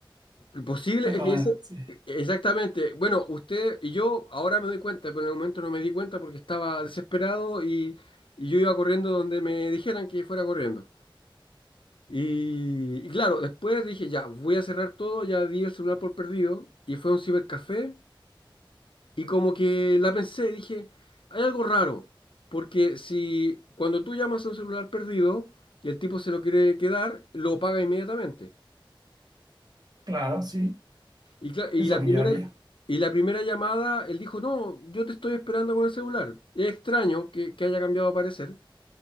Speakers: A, on the left (about 70°); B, on the right (about 50°).
A: lo posible
B: Perdona,
A: es que ese...
B: sí.
A: Exactamente. Bueno, usted y yo ahora me doy cuenta, pero en el momento no me di cuenta porque estaba desesperado y, y yo iba corriendo donde me dijeran que fuera corriendo. Y, y claro, después dije, ya, voy a cerrar todo, ya di el celular por perdido y fue a un cibercafé y como que la pensé, dije, hay algo raro, porque si cuando tú llamas a un celular perdido y el tipo se lo quiere quedar, lo paga inmediatamente.
B: Claro, sí,
A: Y, cla- y
B: es
A: la
B: lo que
A: primera,
B: yo haría.
A: y la primera llamada, él dijo, no, yo te estoy esperando con el celular. Es extraño que, que haya cambiado de parecer.